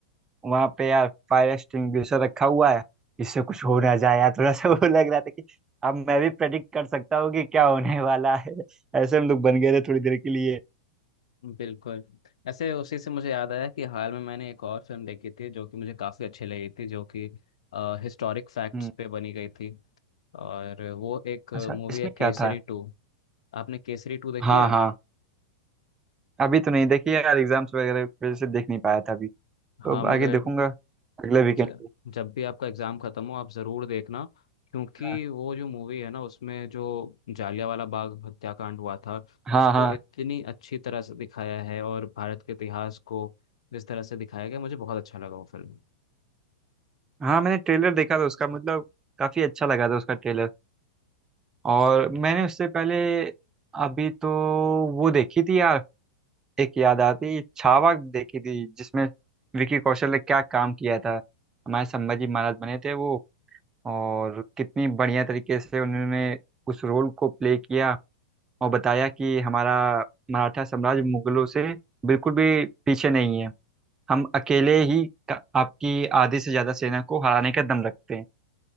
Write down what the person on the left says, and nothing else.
बिल्कुल ऐसे उसी से मुझे याद आया कि हाल में मैंने एक और फिल्म देखी थी जो कि मुझे काफ़ी अच्छी लगी थी जो कि हिस्टोरिक फैक्ट्स
पे बनी गई थी और वो एक
मूवी
है केसरी
टू आपने केसरी टू देखी
है
हाँ
मगर
ज, जब भी आपका एग्ज़ाम ख़त्म हो आप ज़रूर देखना क्योंकि
वो जो मूवी है ना उसमें जो जालियांवाला बाग हत्याकांड हुआ था
उसको
इतनी अच्छी तरह से दिखाया है और भारत के इतिहास को जिस तरह से दिखाया गया मुझे बहुत अच्छा लगा वो फिल्म